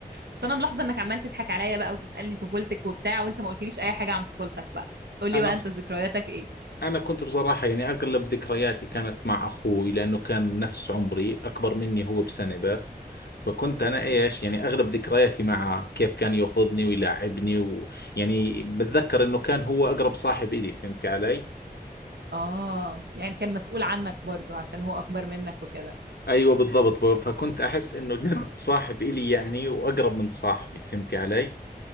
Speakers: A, on the right; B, on the left.
A: بس انا ملاحظه انك عمال تضحك عليا بقى وتسالني طفولتك وبتاع وانت ما قلتليش اي حاجه عن طفولتك بقى قولي
B: أنا
A: بقى انت ذكرياتك ايه
B: أنا كنت بصراحة يعني أغلب ذكرياتي كانت مع أخوي لأنه كان نفس عمري أكبر مني هو بسنة بس فكنت أنا إيش يعني أغلب ذكرياتي معه كيف كان يأخذني ويلاعبني ويعني بتذكر إنه كان هو أقرب صاحب إلي فهمتي علي؟
A: اه يعني كان مسؤول عنك برضو عشان هو اكبر منك وكده
B: ايوه بالضبط فكنت احس انه جد صاحب الي يعني واقرب من صاحبي فهمتي علي